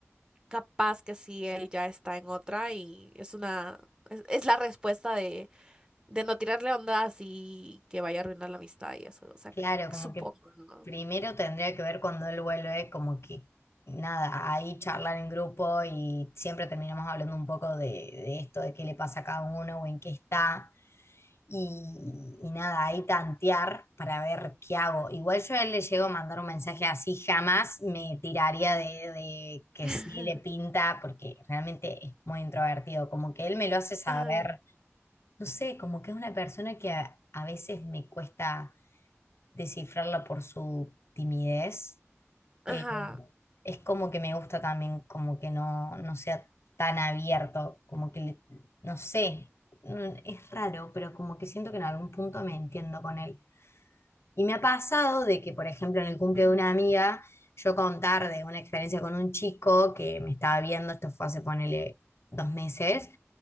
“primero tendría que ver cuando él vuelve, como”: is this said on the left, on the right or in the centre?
Left